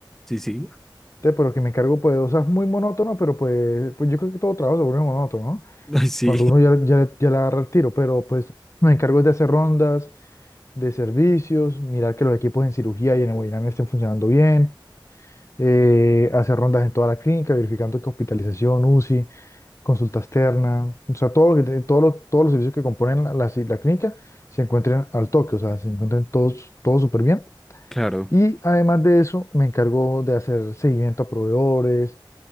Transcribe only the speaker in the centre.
sí, sí.
<laughs> Ay, sí,
claro.